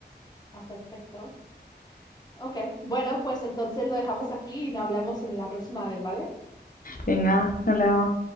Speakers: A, on the left; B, on the left.
A: Ah, perfecto. Ok, bueno, pues entonces lo dejamos aquí y no hablamos en la próxima vez, ¿vale?
B: Venga, nos vemos.